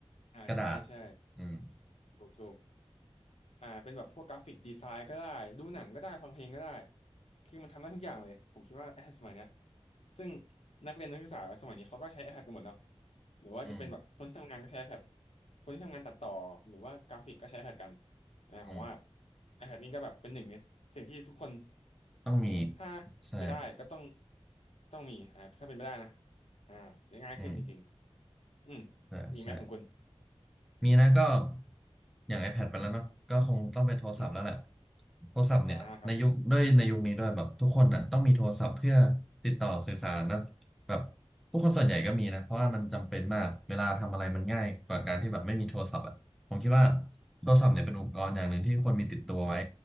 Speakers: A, on the left (about 75°); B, in the centre.
A: อ่าใช่ใช่
B: กระดาษอืม
A: ถูกถูกอ่าเป็นแบบพวกกราฟิกดีไซน์ก็ได้ดูหนังก็ได้ฟังเพลงก็ได้คือมันทำได้ทุกอย่างเลยผมคิดว่า iPad สมัยเนี้ยซึ่งนักเรียนนักศึกษาสมัยนี้เขาก็ใช้ iPad กันหมดเนาะหรือว่าจะเป็นแบบคนที่ทำงานก็ใช้
B: อืม
A: iPad คนที่ทำงานตัดต่อหรือว่ากราฟิกก็ใช้ iPad กันอ่าผมว่า
B: อืม
A: iPad นี่ก็แบบเป็นหนึ่งในสิ่งที่ทุกคน
B: ต้องมี
A: ถ้า
B: ใช่
A: ไปได้ก็ต้องต้องมีอ่าถ้าเป็นไม่ได้นะอ่าจะง่ายขึ้นจริง
B: อืม
A: ๆอืม
B: ใช่ใช่
A: มีไหมของคุณ
B: มีนะก็อย่าง iPad ไปแล้วเนอะก็คงต้องเป็นโทรศัพท์แล้วแหละ
A: อืม
B: โทรศัพท์เนี่ยในยุคด้วยในยุคนี้ด้วยแบบทุกคนอ่ะต้องมีโทรศัพท์เพื่อ
A: อ่าครับ
B: ติดต่อสื่อสารนะแบบผู้คนส่วนใหญ่ก็มีนะเพราะว่ามันจำเป็นมากเวลาทำอะไรมันง่ายกว่าการที่แบบไม่มีโทรศัพท์อ่ะผมคิดว่าโทรศัพท์เนี่ยเป็นอุปกรณ์อย่างหนึ่งที่ควรมีติดตัวไว้